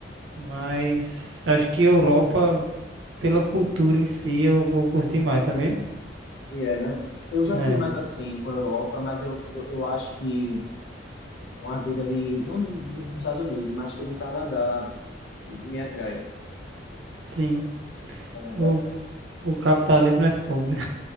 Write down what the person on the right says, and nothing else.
mas acho que Europa, pela cultura em si, eu vou curtir mais, sabia?
É,
sim.
O, o capitalismo é fogo, né?